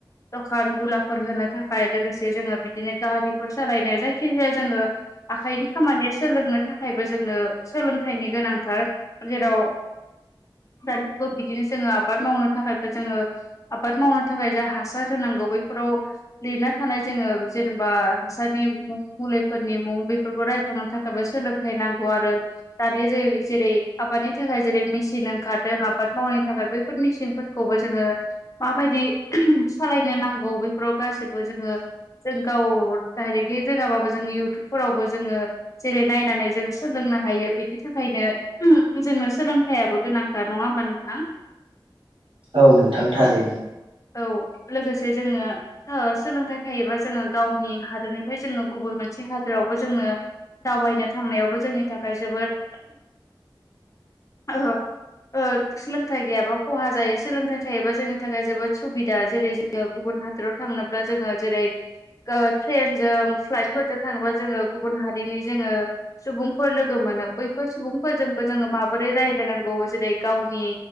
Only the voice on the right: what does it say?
औ नोंथां थारैनो।